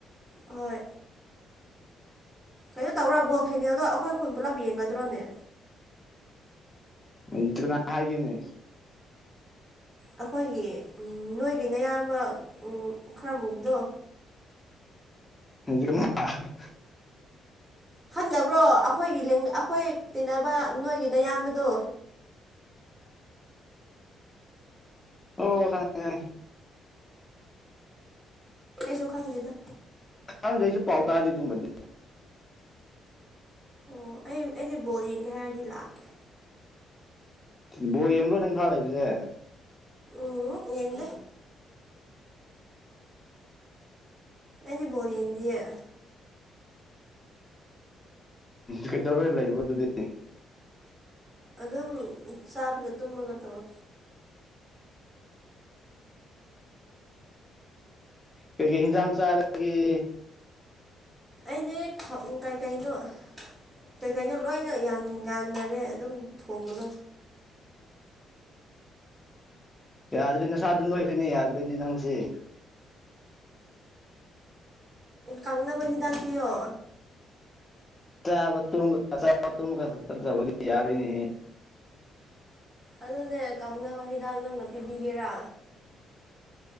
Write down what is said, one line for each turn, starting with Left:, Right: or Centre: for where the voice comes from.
Right: ꯍꯣꯏ ꯀꯩꯅꯣ ꯇꯧꯔ ꯕꯣꯜ ꯐꯩꯅꯦꯜꯗꯣ ꯑꯩꯈꯣꯏ ꯈꯨꯟ ꯄꯨꯜꯂꯞ ꯌꯦꯡꯒꯗ꯭ꯔꯣꯅꯦ
Left: ꯑꯝ ꯇꫪꯤꯅ ꯍꯥꯏꯒꯤꯅ‌ꯦ
Right: ꯑꯩꯈꯣꯏꯒꯤ ꯎ ꯅꯣꯏꯒꯤ ꯅꯌꯥꯝꯕ ꯎ ꯈꯔ ꯌꯨꯕꯗꯣ
Left: <unintelligible>
Right: ꯈꯟꯗꯕ꯭ꯔꯣ ꯑꯩꯈꯣꯏꯒꯤ ꯂ‌ꯦꯡꯒ ꯑꯩꯈꯣꯏ ꯇꯤꯟꯅꯕ ꯅꯣꯏꯒꯤꯅ ꯏꯌꯥꯝꯕꯗꯣ
Left: <unintelligible> ꯑꯣ ꯈꯪꯉ‌ꯦ ꯈꯪꯉ‌ꯦ
Right: ꯑꯩꯁꯨ ꯈꯪꯗ‌ꯦꯗ
Left: ꯑꯉꯥꯡꯒꯩꯖꯨ ꯄꯥꯎꯇꯥꯗꯤ ꯑꯗ‌ꯦ ꯑꯗꯨꯒꯨꯝꯗꯤ
Right: ꯑꯣ ꯑꯩ ꯑꯩꯅ ꯕꯣꯜ ꯌꯦꯡꯒꯦ ꯍꯥꯏꯔꯗꯤ ꯂꯥꯛꯀꯦ
Left: ꯕꯣꯔ ꯌꯦꯡꯕ꯭ꯔꯣ ꯅꯪ ꯏꯝꯐꯥꯜ ꯂꯩꯕꯖ‌ꯦ
Right: ꯎꯝ ꯌꯦꯡꯗ‌ꯦ ꯑꯩꯗꯤ ꯕꫭꯜ ꯌꯦꯡꯗꯤꯌꯦ
Left: ꯀꯩꯗꯧꯔꯒ ꯂꯩꯕ꯭ꯔ ꯑꯗꯨꯗꯤ
Right: ꯑꯗꯨꯝ ꯆꯥꯕꯒ ꯇꯨꯝꯕꯒ ꯇꯧꯋꯦ
Left: ꯀ ꯍꯤꯟꯖꯥꯡ ꯆꯔꯒꯤ
Right: ꯑꯩꯁꯦ ꯀꯩ ꯀꯩꯅꯣ ꯀꯩ ꯀꯩꯅꯣ ꯂꯣꯏꯅ ꯌꯥꯟꯅꯔꯦ ꯑꯗꯨꯝ ꯊꯣꯡꯕꯗꯣ
Left: ꯌꯥꯗꯕꯤꯅ ꯁꯥꯗꯟꯣꯏꯕꯅꯤ ꯌꯥꯗꯕꯤꯅꯤ ꯅꯅꯨꯡꯁꯤꯦ
Right: ꯀꯪꯅꯕ ꯍꯤꯗꯥꯛ ꯄꯌꯣ
Left: ꯆꯥꯕ ꯇ ꯆꯥ ꯇ ꯋꯥꯔꯤ ꯌꯥꯔꯅꯤ
Right: ꯑꯗꯨꯅꯦ ꯀꯪꯅꯕ ꯍꯤꯗꯥꯛ ꯅꯪꯅ ꯄꯤꯕꯤꯒꯦꯔꯥ